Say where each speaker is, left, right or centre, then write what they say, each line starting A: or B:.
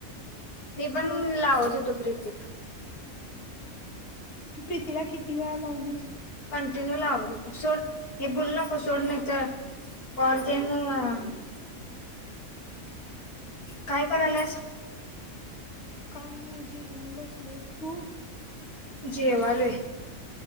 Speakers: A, on the left; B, on the left.
A: मी पण
B: तो
A: लावत होतो प्रीतीला
B: तू प्रीतीला किती वेळा लावलीस.
A: <unintelligible>
B: <inaudible>
A: काय कराल्यास
B: काय नाही जेवून बसलोयं तू -
A: जेवालोय.